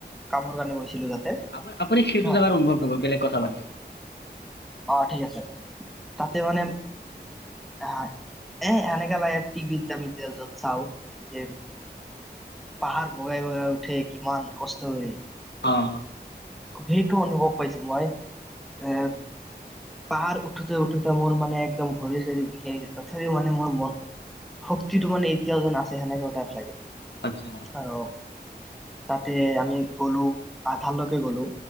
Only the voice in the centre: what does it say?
কামৰ কাৰণে গৈছিলো তাতে
হা
অ' ঠিক আছে, তাতে মানে আহ এ এনেকা লাগে টিভিত যে আমি যে য'ত চাওঁ, যে পাহাৰ বগাই বগাই উঠে কিমান কষ্ট হয়।
সেইটো অনুভৱ পাইছো মই। এ
পাহাৰ উঠোতে, উঠোতে মোৰ মানে একদম ভৰি চৰি বিষাই গৈছে তথাপিও মানে মোৰ মন শক্তিটো মানে এতিয়াও যেন আছে সেনেকা টাইপ লাগে।
আহ। তাতে আমি গ'লো, আধা লকে গ'লো।